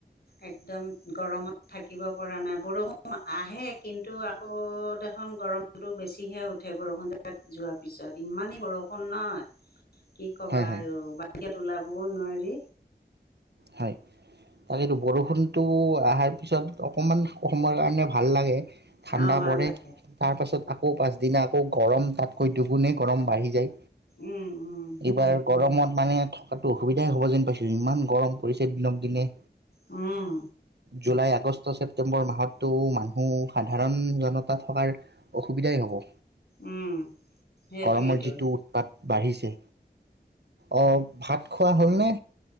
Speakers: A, on the left; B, on the right.
A: একদম গৰমত থাকিব পৰা এই নাই বৰষুণ আহে কিন্তু আকৌ দেখোন গৰমতটো বেছিহে উঠে বৰষুণ জাক যোৱাৰ পিছত ইমানেই বৰষুণ নহয় কি কবা
B: হয় হয়
A: আৰু বাহিৰত ওলাব হ'ব নোৱাৰি
B: হয় তাকেই বৰষুণটো অহাৰ পিছত অকণমান সময়ৰ কাৰণে ভাল লাগে। ঠাণ্ডা
A: অঁ ভাল
B: পৰে
A: লাগে
B: তাৰ পাছত আকৌ পাছদিনা আকৌ গৰম তাতকৈ দুগুণেই গৰম বাঢ়ি যায়।
A: উম উম
B: এইবাৰ গৰমত মানে থকাটো অসুবিধাই হ'ব যেন পাইছোঁ ইমান গৰম। পৰিছে দিনক দিনে।
A: উম।
B: জুলাই আগষ্ট ছেপটেম্বৰ মাহতো মানুহ সাধাৰণ জনতা থকাৰ অসুবিধাই হ'ব।
A: উম সেইটোৱে
B: গৰমৰ
A: টো
B: যিটো উৎপাত বাঢ়িছে অ ভাত খোৱা হ'লনে?